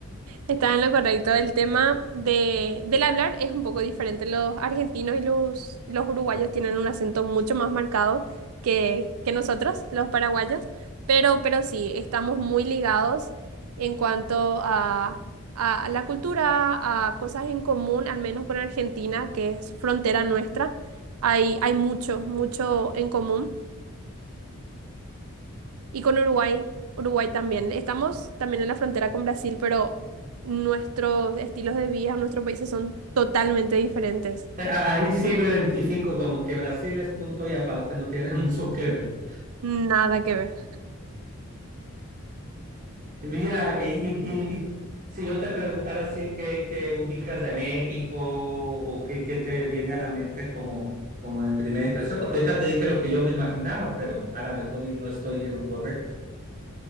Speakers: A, on the right; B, on the right.
A: Está en lo correcto. El tema de, del hablar es un poco diferente. Los argentinos y los, los uruguayos tienen un acento mucho más marcado que, que nosotros, los paraguayos, pero, pero sí, estamos muy ligados en cuanto a, a la cultura, a cosas en común, al menos con Argentina, que es frontera nuestra. Hay, hay mucho, mucho en común. Y con Uruguay, Uruguay también. Estamos también en la frontera con Brasil, pero nuestros estilos de vida, nuestros países son totalmente diferentes.
B: Ahí sí lo identifico como que Brasil es punto y aparte, no tiene <laughs> mucho que
A: Sí.
B: ver.
A: Nada que ver.
B: Y mira, y, y- y y si yo te preguntara así qué, qué ubicas de México o qué, qué te viene a la mente como, como de primera impresión, porque ahorita te dije lo que yo me imaginaba, pero a lo mejor y no estoy en lo correcto,